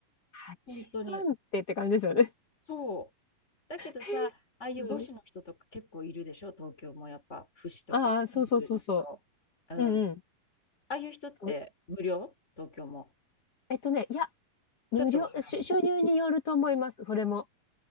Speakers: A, on the left; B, on the left.
A: 8万ってって感じですよね。
B: 本当に。そう。だけどさ、
A: <laughs>
B: ああいう母子の人とか結構いるでしょ、
A: うん。
B: 東京もやっぱ、父子とか、
A: ああ、
B: シングルの人。
A: そうそうそうそ
B: うん。
A: う。うんうん。
B: ああいう人って無料東京も。
A: そえっとね、いや、無料、
B: ちょっとは払う。
A: 収収入によると思います、それも。